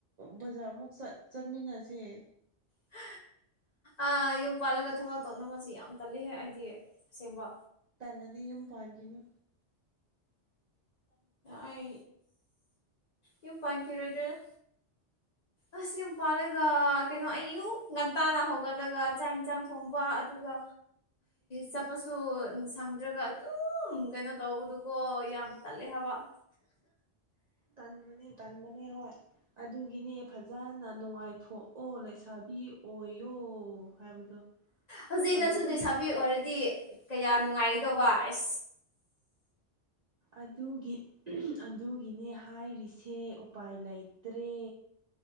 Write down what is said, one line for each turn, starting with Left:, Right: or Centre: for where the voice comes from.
Right: ꯕꯖꯥꯔꯃꯨꯛ ꯆꯠꯃꯤꯟꯅꯁꯦ
Left: <unintelligible> ꯑ ꯌꯨꯝ ꯄꯥꯜꯂꯒ ꯊꯕꯛ ꯇꯧꯅꯕꯁꯤ ꯌꯥꯝ ꯇꯜꯂꯤꯍꯦ ꯑꯩꯗꯤ ꯑꯁꯦꯡꯕ
Right: ꯇꯂꯥꯗꯤ ꯌꯨꯝ ꯄꯥꯒꯅ
Left: ꯑꯩ ꯌꯨꯝ ꯄꯪꯈꯤꯔꯣꯏꯗ꯭ꯔ ꯑꯁ ꯌꯨꯝ ꯄꯂꯒ ꯀꯩꯅꯣ ꯑꯨ ꯇꯥꯅ ꯍꯧꯒꯠꯂꯒ ꯆꯥꯛ ꯏꯟꯁꯥꯡ ꯊꯣꯡꯕ ꯑꯗꯨꯒ ꯆꯠꯄꯁꯨ ꯁꯪꯗ꯭ꯔꯒ ꯑꯗꯨꯝ ꯀꯩꯅꯣ ꯇꯧꯕꯗꯨꯀꯣ ꯌꯥꯝ ꯇꯜꯦ ꯍꯥꯕ
Right: ꯇꯟꯕꯅꯦ ꯇꯟꯕꯅꯦ ꯍꯣꯏ ꯑꯗꯨꯒꯤꯅꯦ ꯐꯖꯅ ꯅꯨꯡꯉꯥꯏꯊꯣꯛꯑꯣ ꯂꯩꯁꯥꯕꯤ ꯑꯣꯏ ꯑꯣꯣ ꯍꯥꯏꯕꯗꯣ
Left: ꯍꯧꯖꯤꯛ
Right: ꯍꯧꯖꯤꯛꯇꯤ
Left: ꯅꯪꯁꯨ ꯂꯩꯁꯥꯕꯤ ꯑꯣꯏꯔꯗꯤ ꯀꯌꯥ ꯅꯨꯡꯉꯥꯏꯒꯗꯧꯕ ꯑꯩ
Right: ꯑꯗꯨꯒꯤ ꯑꯗꯨꯒꯤꯅꯦ ꯍꯥꯏꯔꯤꯁꯦ ꯎꯄꯥꯏ ꯂꯩꯇ꯭ꯔꯦ